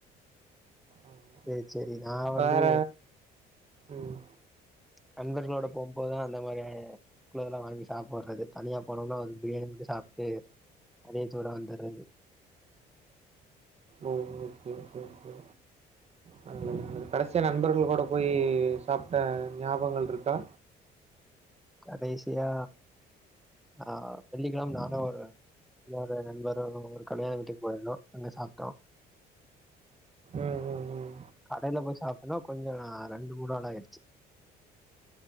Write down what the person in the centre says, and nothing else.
சேரி சேரி நா வந்து
நண்பர்களோட போம்போதுதா அந்த மாரி சிலதெல்லா வாங்கி சாப்புறது தனியா போனோம்னா ஒரு பிரியாணி மட்டு சாப்ட்டு அதே ஜூரா வந்துருது
கடைசியா ஆ வெள்ளிக்கெழம நானு ஒரு இன்னொரு நண்பரும் ஒரு கலியாண வீட்டுக்கு போயிருந்தோ அங்க சாப்ட்டோ
கடைல போய் சாப் அதா கொஞ்சோ ரெண்டு மூணு நாளா ஆய்ருச்சி